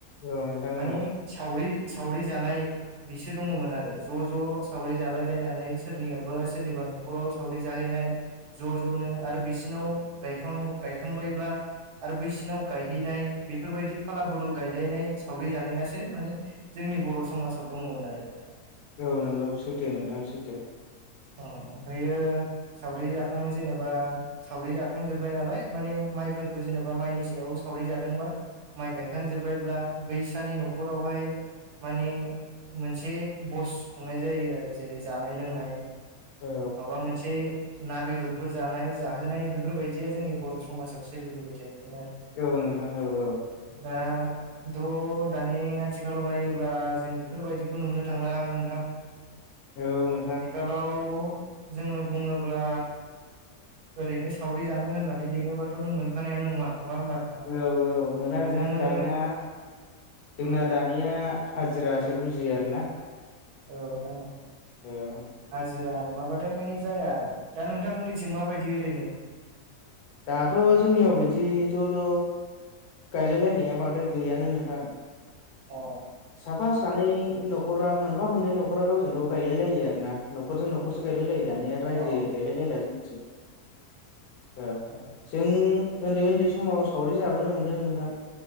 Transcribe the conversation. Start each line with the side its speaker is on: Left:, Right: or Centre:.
Left: औ नोंथां
Right: माने
Left: औ
Right: सावरि सावरि जानाय बिसो दङमोन आरो ज' ज' सावरि जालायलायनानै सोरनियावबा सोरनिबा न' खरआव सावरि जाहैनाय ज' ज'नो आरो बिसिनाव गायखां गायखांबायब्ला आरो बैसिनाव गायहैनाय बेफोरबायदि फाला बदल गायलायनाय सावरि जानायासो मानि जोंनि बर' समाजाव दङमोन आरो नोंथां।
Left: औ नोंगौ सैथो नोंथां सैथो।
Right: औ ओमफ्रायो सावरि जाखाङो जेनोबा सावरि जाखांजोबबाय नालाय माने माइफोरखौ जेनेबा माइनि सायाव सावरि जादोंबा माइ गायखांजोबबायब्ला बैसानि न'खरावहाय माने मोनसे बस खुंनाय जायो आरो जेरै जानाय लोंनाय
Left: औ
Right: माबा मोनसे ना बेदरफोर जानाय जाहोनाय बेफोरबायदिया जोंनि बर' समाजाव सोलिबोबाय थायोमोन आरो।
Left: औ नोंथाङ औ औ।
Right: दा थ' दानि आथिखालाव नायोब्ला जों बेफोरबायदिखौ नुनो थांला नोंथां।
Left: औ नोंथां।
Right: आगोलाव जोङो बुङोब्ला ओरैनो सावरि जानो होननानै लिङोबाथ' नों मोनखानायानो नङा नङा होमबा नोंथां
Left: औ औ मोना नोंथां
Right: जोङो
Left: दानाया जोंना
Right: उम
Left: दानि निया हाजिरासो बुजियो आरो ना।
Right: औ नोंथां औ।
Left: ए औ।
Right: हाजिरा नङाबाथाय मानि जाया आरो दा नोंथांमोननिथिं माबायदि ओरैनो?
Left: दाथ' जोंनियाव बिदि ज' ज' गायलायलायनाया बांद्राय गैयानो नोंथां।
Right: अ
Left: साफा सानै न'खरा मोनफा मोननै न'खरा गावजों गाव गायलाय लायो आरो ना। न'खरजों न'खरसो गायलायलायो दानिया रायजो
Right: अ
Left: गायलायलायला जोंनिथिं। औ
Right: अ
Left: जों उन्दै उन्दै समाव सावरि जाबोनो मोनदों नोंथां।